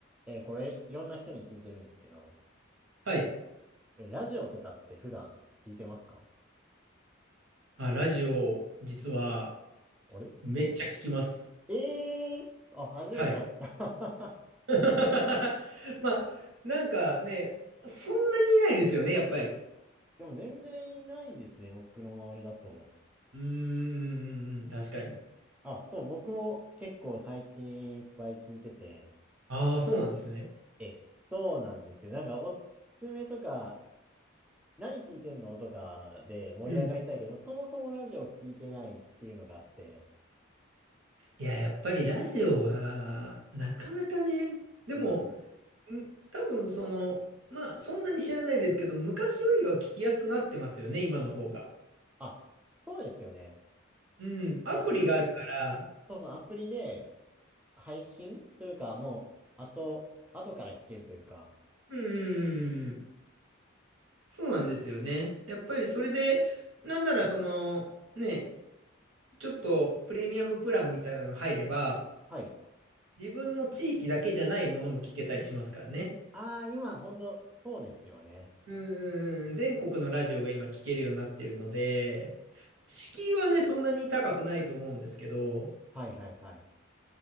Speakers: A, in the centre; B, on the right.
A: えーこれ、いろんな人に聞いてるんですけど、
B: はい。
A: えラジオとかって普段聞いてますか
B: あ、ラジオ、実は、
A: あれ
B: めっちゃ聞きます。
A: ええー、あ、初めて会った。
B: はい。<laughs> まあ、なんかね、そんなにいないですよね、やっぱり。
A: <laughs> でも全然いないですね、僕の周りだと。
B: うーん、うんうん確かに。
A: あ、そう、僕も結構最近いっぱい聞いてて。
B: ああ、そうなんですね。
A: え、そうなんですよ。なんかおすすめとか、何聞いてんのとかで盛り上がりたいけど、
B: うん。
A: そもそもラジオ聞いてないっていうのがあって。
B: いや、やっぱりラジオは、なかなかね、でも、
A: うんうん。
B: ん多分その、まあ、そんなに知らないですけど、昔よりは聞きやすくなってますよね、今の方が。
A: あそうですよね。
B: うん。アプリがあるから、
A: この、そうそう、アプリで、配信というか、もう、後、後から聞けるというか。
B: うん、うんうんそうなんですよね。やっぱりそれで、なんならその、ね、ちょっとプレミアムプランみたいなの入れば、
A: はい。
B: 自分の地域だけじゃないものも聞けたりしますからね。
A: ああ、今、本当そうですよね。
B: うんうんうん、全国のラジオが今聞けるようになってるので、敷居はね、そんなに高くないと思うんですけど、
A: はいはいはい。